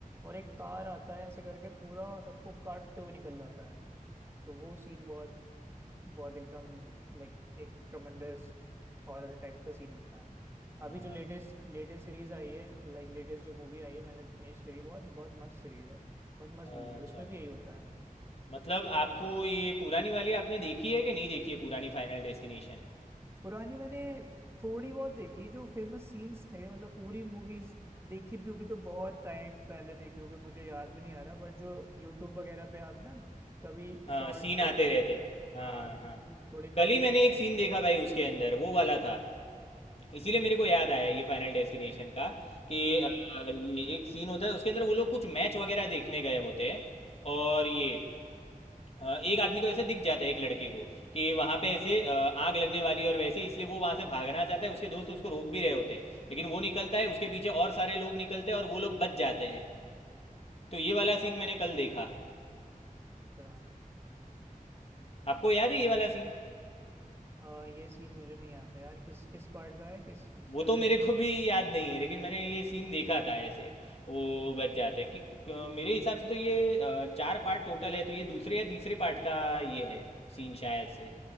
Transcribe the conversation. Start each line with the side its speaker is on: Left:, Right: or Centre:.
Right: और एक कार आता है ऐसे करके पूरा सबको काटते हुए निकल जाता है तो वो सीन बहुत बहुत एकदम लाइक एक ट्रमेंडस हॉरर टाइप का सीन होता है
Left: हाँ
Right: अभी जो लेटेस्ट
Left: भाई।
Right: लेटेस्ट सीरीज आई है लाइक लेटेस्ट जो मूवी आई है मैंने तो फिनिश करी बहुत बहुत मस्त सीरीज है बहुत मस्त
Left: अच्छा
Right: मूवी है उसमें भी
Left: भाई
Right: यही होता है
Left: मतलब आपको ये पुरानी वाली आपने देखी है कि नहीं देखी है पुरानी फाइनल डेस्टिनेशन
Right: पुरानी मैंने थोड़ी बहुत देखी जो फेमस सीन्स थे मतलब पूरी मूवीज देखी भी होगी तो बहुत टाइम पहले देखी होगी मुझे याद भी नहीं आ रहा बट जो यूट्यूब वगैरह पे आप ना कभी
Left: हाँ
Right: शॉर्ट्स
Left: सीन
Right: वगैरह
Left: आते रहते
Right: में
Left: हैं। हाँ
Right: हाँ तो
Left: हाँ
Right: थोड़ी मेमोरी
Left: कल ही मैंने एक सीन देखा भाई उसके अंदर वो वाला था इसीलिए मेरे को याद आया ये फाइनल डेस्टिनेशन का कि
Right: हाँ
Left: अ, ये एक सीन होता है उसके अंदर वो लोग कुछ मैच वगैरह देखने गए होते हैं और ये अ, एक आदमी को ऐसे दिख जाता है एक लड़के को कि वहां पे ऐसे अ, आग लगने वाली है और वैसे इसलिए वो वहां से भागना चाहता है उसके दोस्त उसको रोक भी रहे होते हैं लेकिन वो निकलता है उसके पीछे और सारे लोग निकलते हैं और वो लोग बच जाते हैं तो ये वाला सीन मैंने कल देखा
Right: हम्म
Left: आपको याद है ये वाला सीन
Right: आ, ये सीन मुझे नहीं आता यार किस किस पार्ट का है किस उसका
Left: वो तो मेरे
Right: है
Left: को भी याद नहीं है लेकिन मैंने ये सीन देखा था ऐसे वो बच जाते हैं कि अ, मेरे हिसाब से तो ये अ, चार पार्ट टोटल है तो ये दूसरे या तीसरे पार्ट का ये है सीन शायद से